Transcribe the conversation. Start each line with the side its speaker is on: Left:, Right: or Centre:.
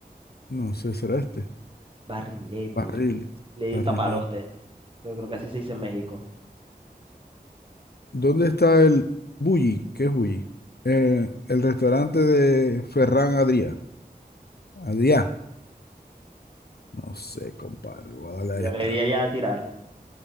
Left: No sé, será este.
Right: Barrilete.
Left: Barrilete.
Right: Le di
Left: Barrilete.
Right: papalote, pero creo que así se dice en México.
Left: ¿Dónde está el Bulli? ¿Qué es Bulli? Eh, el restaurante de Ferran Adrià. Adrià. No sé, compadre. Voy a darle a
Right: Yo le
Left: esta.
Right: di allá a tirar.